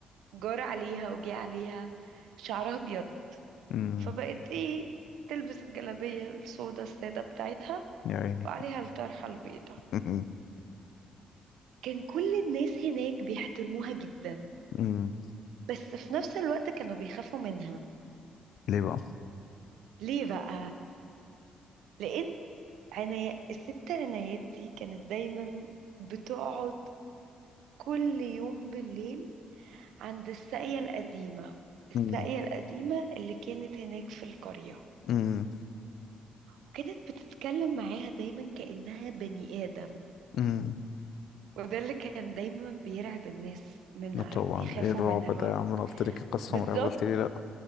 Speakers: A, on the right; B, on the left.
A: جار عليها وجه عليها شعرها ابيض
B: مم.
A: فبقت ايه تلبس الجلابية السودا السادة بتاعتها
B: يا عيني
A: وعليها الطرحة البيضة
B: <laughs>
A: كان كل الناس هناك بيحترموها جدا
B: مم.
A: بس في نفس الوقت كانوا بيخافوا منها
B: ليه بقى
A: ليه بقى؟ لأن عناية الست عنايات دي كانت دايما بتقعد كل يوم بالليل عند الساقية القديمة الساقية
B: <laughs> مم.
A: القديمة اللي كانت هناك في القرية
B: مم.
A: وكانت بتتكلم معاها دايما كأنها بني آدم
B: مم.
A: وده اللي كان دايما بيرعب الناس منها
B: لا طبعا
A: بيخافوا
B: ايه الرعب
A: منها اللي
B: ده
A: هو
B: يا عم انا قلت لك قصة
A: بالظبط
B: مرعبة قلت لي لا